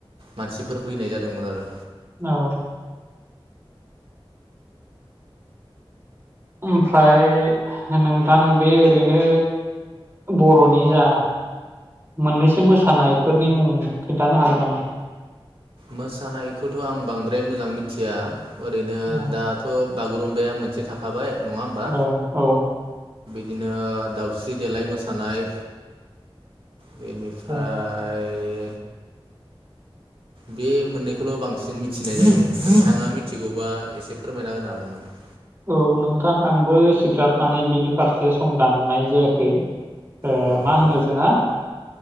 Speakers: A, on the right; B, on the right.
A: मानसिफोर फैनाय जादोंमोन आरो
B: औ ओमफ्राय नोंथां बे ओरैनो बर'नि जा मोननैसो मोसानायफोरनि मुं खिनथानो हागोन नामा
A: मोसानायखौथ' आं बांद्राय मो जां मिथिया ओरैनो
B: औ
A: दाथ' बागुरुम्बाया मोनसे थाखाबाय नङा होमबा
B: औ औ
A: बिदिनो दाउस्रि देलाय मोसानाय बेनिफ्राय
B: औ
A: बे मोननैखौल' बांसिन मिथिनाय जायो नोंथाङा मिथिगौबा एसे फोरमायना होनो हागोन नामा
B: औ नोंथां आंबो एसेग्राब माने बिनि फारसे संदाननाय जायाखै ए
A: हागोन
B: मा
A: नामा
B: होनो जोंहा